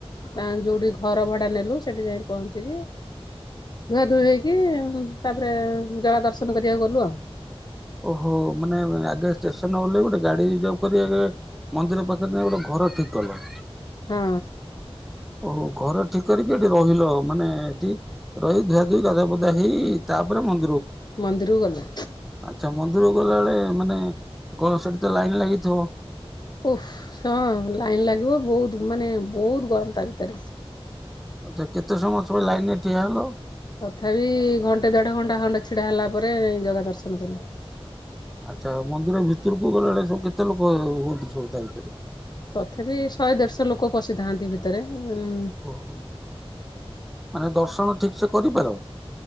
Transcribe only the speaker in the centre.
ଓହୋ, ମାନେ ଆଗେ ଷ୍ଟେସନ ଓଲେଇ ଗୋଟେ ଗାଡି ରଜର୍ଭ କରି ମନ୍ଦିର ପାଖରେ ଗୋଟେ ଘର ଠିକ କଲ,
ଓହୋ ଘର ଠିକ କରିକି ଏଠି ରହିଲ ମାନେ ଏଠି ରହି ଧୁଆ ଧୁଇ ଗାଧୁଆ ପାଧୁଆ ହେଇ ତାପରେ ମ
ଆଛା, ମନ୍ଦିରକୁ ଗଲାବେଳେ ମାନେ ଗଣ ସେଠି ତ ଲାଇନ ଲାଗିଥିବ?
ଆଛା, କେତେ ସମୟ ସବ ଲାଇନ ରେ ଠିଆ ହେଲ?
ଆଛା, ମନ୍ଦିର ଭିତରକୁ ଗଲାବେଳେ ସବୁ କେତେ ଲୋକ ହୁଅନ୍ତି ସବୁ ତା ଭିତରେ?
ଓହୋ, ମାନେ ଦର୍ଶନ ଠିକି ସେ କରିପାର